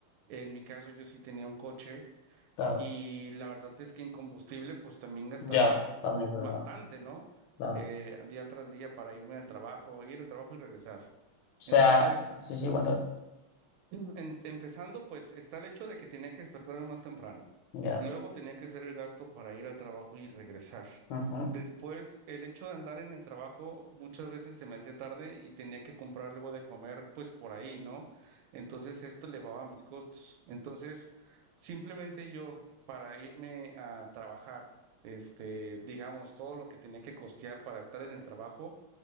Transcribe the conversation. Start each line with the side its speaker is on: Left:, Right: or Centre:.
Right: En mi caso, yo sí tenía un coche
Left: Claro,
Right: y la verdad es que en combustible pues también gastaba
Left: ya, también es verdad.
Right: bastante, ¿no?
Left: Claro.
Right: Eh,
Left: O
Right: día tras día para irme al trabajo, ir al trabajo y regresar.
Left: sea,
Right: Entonces,
Left: sí, sí, cuánto,
Right: Mm, En- empezando, pues está el hecho de que tenía que despertarme más temprano.
Left: ya.
Right: Luego tenía que hacer el gasto para ir al trabajo y regresar.
Left: Ujú.
Right: Después, el hecho de andar en el trabajo muchas veces se me hacía tarde y tenía que comprar algo de comer, pues por ahí, ¿no? Entonces esto elevaba mis costos. Entonces, simplemente yo para irme a trabajar, este, digamos, todo lo que tenía que costear para estar en el trabajo